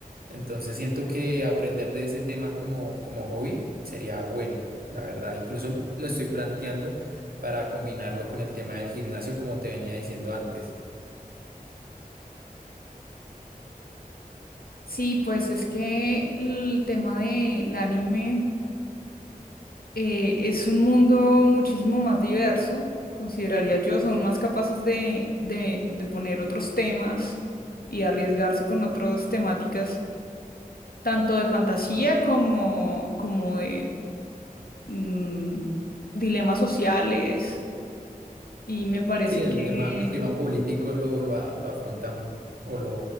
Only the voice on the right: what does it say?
Entonces siento que aprender de ese tema como, como hobby sería bueno, la verdad. Incluso lo estoy planteando para combinarlo con el tema del gimnasio, como te venía diciendo antes.
Sí, el
tema, el tema político lo, lo, a- lo afrontan o lo,